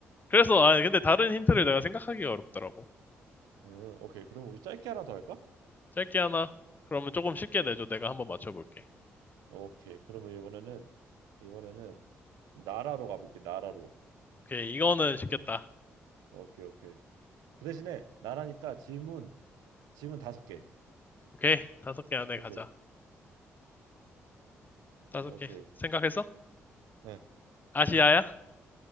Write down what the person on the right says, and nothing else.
음, 오케이. 그럼 우리 짧게 하나 더 할까?
오케이. 그러면 이번에는 이번에는 나라로 가볼게. 나라로.
오케이, 오케이. 그 대신에 나라니까 질문 질문 다섯 개.
오케이,
오케이.
네.